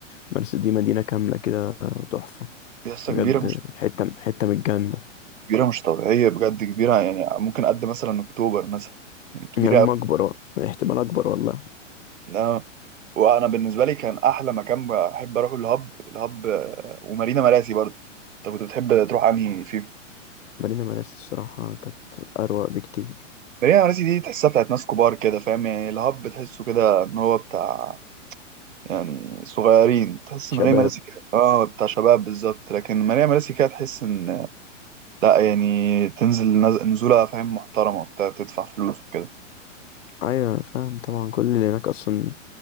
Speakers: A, on the left; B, on the right.
A: مرسى دي مدينة كاملة كده تحفة
B: يا اسطى
A: بجد
B: كبيرة مش
A: حتة حتة من الجنة
B: كبيرة مش طبيعية بجد كبيرة يعني ممكن قد مثلا أكتوبر مثلا يعني كبيرة
A: يا عم
B: أوي
A: أكبر بقى. احتمال أكبر والله
B: آه. وأنا بالنسبة لي كان أحلى مكان بحب أروحه الهب الهب آه، ومارينا مراسي برضه أنت كنت بتحب تروح أنهي فيهم
A: مدينة مرسى الصراحة كانت أروق بكتير
B: مارينا مراسي دي تحسها بتاعت ناس كبار كده فاهم يعني الهب تحسه كده إن هو بتاع يعني صغيرين تحس
A: شباب
B: ماريا مراسي كده اه بتاع شباب بالظبط لكن ماريا مراسي كده تحس ان لا يعني تنزل نز... نزولة فاهم محترمة بتاع تدفع فلوس وكده
A: أيوة فاهم طبعا كل اللي هناك أصلا